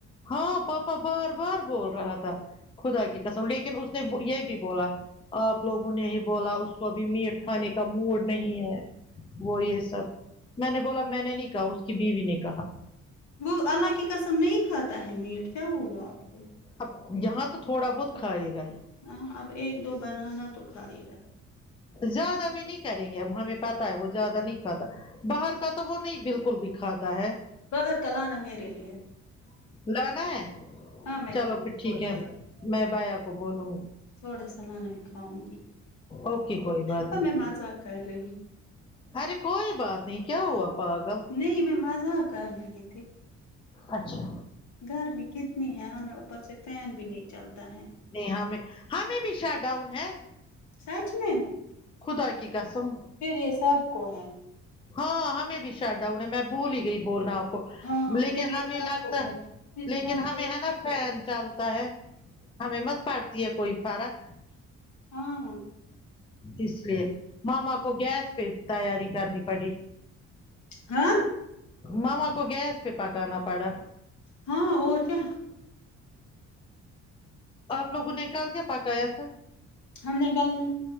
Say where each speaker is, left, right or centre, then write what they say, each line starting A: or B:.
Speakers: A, on the left (about 20°); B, on the left (about 65°).
A: ہاں پاپا بار بار بول رہا تھا خدا کی قسم لیکن اس نے یہ بھی بولا آپ لوگوں نے ہی بولا اس کو ابھی میٹ کھانے کا موڈ نہیں ہے وہ یہ سب میں نے بولا میں نے نہیں کہا اس کی بیوی نے کہا
B: وہ اللہ کی قسم نہیں کھاتا ہے میٹ کیا ہوا آپ کو
A: اب یہاں تو تھوڑا بہت کھائے گا ہی
B: ہاں آپ ایک دو بنانا تو کھائے گا
A: زیادہ بھی نہیں کریں گے ہم ہمیں پتہ ہے وہ زیادہ نہیں پاتا باہر کا تو وہ نہیں بالکل بھی کھاتا ہے
B: باہر کلانا میرے لیے
A: لانا ہے
B: ہاں میں
A: چلو
B: کھاؤں
A: پھر
B: گی
A: ٹھیک
B: کوئی
A: ہے
B: بات
A: میں بایا کو بولوں
B: تھوڑا سلانہ بکھواؤں گی
A: اوکے کوئی بات
B: ہم
A: نہیں
B: میں مذاق کر رہی ہوں
A: ارے کوئی بات نہیں کیا ہوا پاگل
B: نہیں میں مزاح کر رہی تھی
A: اچھا
B: گرمی کتنی ہے ہمیں اوپر سے فین بھی نہیں چلتا ہے
A: نہیں ہمیں ہمیں بھی شٹ ڈاؤن ہے
B: سچ میں
A: خدا کی قسم
B: پھر یہ سب کو ہے
A: ہاں ہمیں بھی شٹ ڈون میں بھول ہی گئی بولنا
B: ہاں
A: لیکن
B: پھر یہ
A: ہمیں
B: سب
A: لگتا
B: کو ہے صرف
A: لیکن
B: ہم
A: ہمیں
B: کو نہیں۔
A: ہے نا فین چلتا ہے ہمیں مت پڑتی ہے کوئی فرق
B: ہاں
A: اس لیے ماما کو گیس پہ تیاری کرنی پڑی
B: ہاں
A: ماما کو گیس پہ پکانا پڑا
B: ہاں اور کیا
A: آپ لوگوں نے کل کیا پکایا تھا
B: ہم نے کل